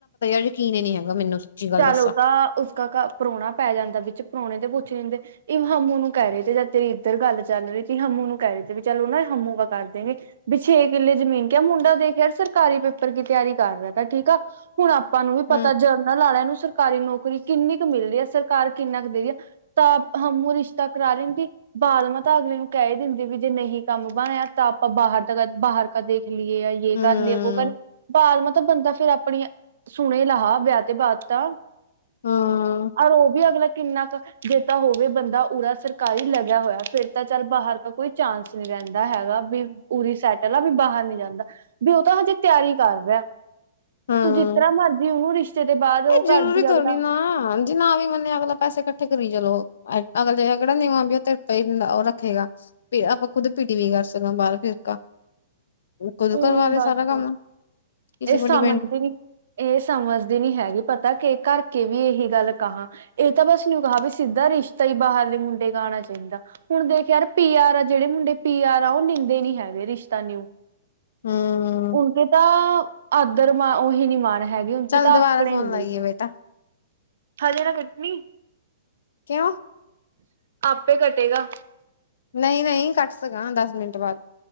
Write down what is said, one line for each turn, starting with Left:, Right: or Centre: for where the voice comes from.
Left: ਯਕੀਨ ਹੀ ਨਹੀਂ ਹੈਗਾ ਮੈਨੂੰ ਸੱਚੀ ਗੱਲ
Right: ਚਲੋ
Left: ਦੱਸਾਂ
Right: ਤਾਂ ਉਸ ਕਾ ਪ੍ਰੋਣੀ। <unintelligible> ਪੈ ਜਾਂਦਾ ਵਿੱਚ ਪਰੋਣੇ ਤੇ ਪੁੱਛ ਲਿੰਦੇ ਇ ਹਮ ਉਹਨੂੰ ਕਹਿ ਰਹੇ ਤੇ ਜਾਂ ਤੇਰੀ। <unintelligible> ਇੱਧਰ ਗੱਲ ਚੱਲ ਰਹੀ ਸੀ ਹਮੂ ਨੂੰ ਕਹਿ ਰਹੇ ਤੇ ਵੀ ਚਲੋ ਨਾ ਹਮੂ ਕ ਕਰ ਦੇਗੇ ਵੀ ਛੇ ਕਿੱਲੇ ਜ਼ਮੀਨ ਕਿਆ ਮੁੰਡਾ। ਖੈਰ ਸਰਕਾਰੀ ਪੇਪਰ ਕੀ ਤਿਆਰੀ ਕਰ ਰਿਹਾ ਤਾਂ ਠੀਕ ਆ ਹੁਣ ਆਪਾਂ ਨੂੰ ਵੀ ਪਤਾ
Left: ਹੂੰ
Right: ਜਨਰਲ ਵਾਲਿਆਂ ਨੂੰ। ਸਰਕਾਰੀ ਨੌਕਰੀ ਕਿੰਨੀ ਕੁ ਮਿਲ ਰਹੀ ਹੈ ਸਰਕਾਰ ਕਿੰਨਾ ਕੁ ਦੇ ਰਹੀ ਹੈ ਤਾਂ ਮਾਮੁ ਰਿਸ਼ਤਾ ਕਰਾ। <unintelligible> <unintelligible> ਬਾਦ ਮਾ ਤਾਂ ਅਗਲੀ ਨੂੰ ਕਹਿ ਹੀ ਦਿੰਦੀ ਵੀ ਜੇ ਨਹੀਂ ਕੰਮ ਬਣਿਆ ਤਾਂ ਆਪਾਂ ਬਾਹਰ ਦਾ ਬਾਹਰ ਕਦੇ। <unintelligible> ਖ ਲਈਏ ਯ
Left: ਹੂੰ
Right: ਕਰ ਲਏ ਵੋ ਕਰ। ਬਾਦ ਮੇ ਬੰਦਾ ਫੇਰ ਆਪਣੀ ਸੁਣੇ ਲਹਾ ਵਿਆਹ ਤੇ ਬਾਅਦ ਤਾਂ।
Left: ਹਾਂ
Right: <unintelligible> ਰ ਉਹ ਵੀ ਅਗਲਾ ਕਿੰਨਾ ਕੁ ਜੇ ਤਾ ਹੋਵੇ ਬੰਦਾ ਉਰਾ ਸਰਕਾਰੀ ਲਗ। <unintelligible> ਹੋਇਆ ਫਿਰ ਤਾਂ ਚੱਲ ਬਾਹਰ ਕ ਕੋਈ ਚਾਂਸ ਨੀ ਰਹਿੰਦਾ ਹੈਗਾ ਵੀ ਉੂਰੀ ਸੈਟਲ ਆ ਵੀ ਬਾਹਰ ਨੀ ਜਾਂਦਾ। ਵੀ ਉਹ ਤਾਂ ਹਜੇ ਤਿਆਰੀ ਕਰ ਰਿਹਾ।
Left: ਹਉ।
Right: ਤੂੰ ਜਿਸ ਤਰ੍ਹਾਂ ਮਰਜੀ ਉਹਨੂੰ ਰਿਸ਼ਤੇ ਦੇ ਬਾਅਦ ਉਹ
Left: ਹਉ ਇਹ
Right: ਕਰਦੀ
Left: ਜ਼ਰੂਰੀ ਥੋੜੀ
Right: ਅਗਲਾ
Left: ਨਾ ਹਾਂਜੀ ਨਾ ਵੀ ਮੰਨੇ ਅਗਲਾ ਪੈਸੇ ਕੱ। <unintelligible> ਠ ਕਰੀ ਚਲੋ ਅਗਲ ਜਿਹਾ ਕਿਹੜਾ ਨੀਵਾਂ ਵੀ ਉਹ ਤਿਰ ਪ ਉਹ ਰੱਖੇਗਾ ਆਪਾਂ ਖੁੱਦ ਪਿਟ ਵੀਗਾ। <unintelligible> ਕਰ ਸਕਾਂ ਬਾਹਰ ਫਿਰਕਾ ਖੁਦ ਕਰਵਾ
Right: ਉਵੇਂ
Left: ਲਏ
Right: ਬਸ
Left: ਸਾਰਾ ਕੰਮ ਕਿਸੇ
Right: ਇਹ
Left: ਵੱਡੀ।
Right: ਸਮਝਦੇ ਨੀ ਇਹ ਸਮਝਦੇ ਨੀ ਹੈਗੀ ਪਤਾ ਕਿ ਘਰ ਕੇ ਵੀ ਇਹੀ ਗੱਲ ਕਹਾਂ ਇਹ ਤਾਂ ਬਸ ਨਿਊ ਕਹਾਂ ਵੀ ਸਿੱਧਾ ਰਿਸ਼ਤਾ ਹੀ ਬਾਹਰਲੇ ਮੁੰਡੇ ਕਾ ਆਉਣਾ ਚਾਹੀਦਾ <unintelligible> ਹੁਣ ਦੇਖ ਯਾਰ ਪੀ ਆਰ ਆ ਜਿਹੜੇ ਮੁੰਡੇ ਪੀ ਆਰ ਆ ਉਹ ਲੈਂਦੇ ਨੀ ਹੈਗੇ ਰਿਸ਼ਤਾ ਨਊ।
Left: <unintelligible> ਹਮ।
Right: <unintelligible> ਉਨਕੇ ਤਾਂ ਆਦਰ ਮਾ ਉਹੀ ਨੀ ਮਾਣ। <unintelligible> ਹੈਗੀ ਹੁਣ
Left: ਚੱਲ
Right: ਕਿ ਤਾਂ
Left: ਦੁਬਾਰਾ
Right: ਆਕੜ ਹੀ
Left: ਫੋਨ
Right: ਨੀ
Left: ਲਾਈਏ ਬੇਟਾ
Right: ਹਜ ਨਾ ਕੱਟਣੀ।
Left: <unintelligible> ਕਿਉਂ?
Right: <unintelligible> ਆਪੇ ਘਟੇਗਾ।
Left: <unintelligible> ਨਹੀਂ ਨਹੀਂ ਕੱਟ ਸਕਾਂ ਦਸ ਮਿੰਟ ਬਾਅਦ।